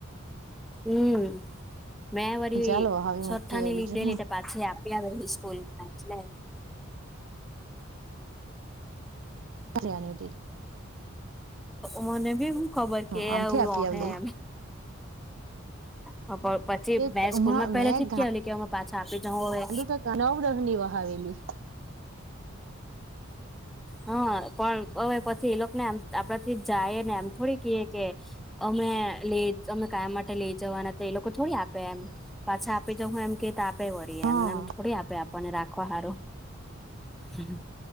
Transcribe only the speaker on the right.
ચાલો હવે
મૂકી આવી
જો
<unintelligible>
હ
આમથી આપી આવેલી
એ
મેં
ગાંડું તો નવ દહની વહાવેલી
હા